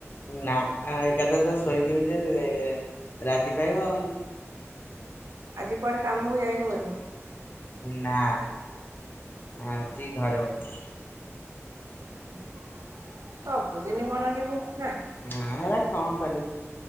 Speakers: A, on the left (about 40°); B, on the right (about 70°).
A: ନା, ଏକାଥରେ ତ ଶୋଇଥିବୁ ଯେ ରାତି ପାହିବ ଆଉ।
B: ଆଜି କୁଆଡ଼େ କାମକୁ ଯାଇନୁ ବୋଧେ।
A: ନା, ଆଜି ଘରେ ବଇଚି।
B: ହୁଁହୁଁ, ସବୁଦିନ କଣ ଯିବୁ, ନା?
A: ନା ସେରା କଣ କରିବୁ,